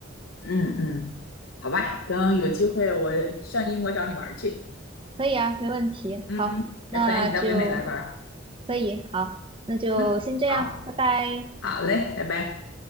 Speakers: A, on the left; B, on the right.
A: 嗯嗯，好吧，等有机会我上英国找你玩儿去。
B: 可以啊，没问题。
A: 嗯，
B: 好，那就
A: 也欢迎你到北美来玩儿
B: 可以，好，那就先这样，
A: 嗯，好，
B: 拜拜。
A: 好嘞，拜拜。